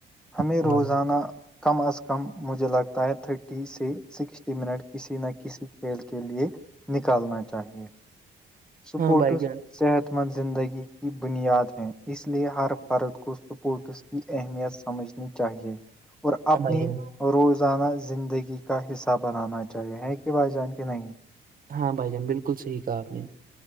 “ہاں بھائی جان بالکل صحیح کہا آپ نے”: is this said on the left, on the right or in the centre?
Right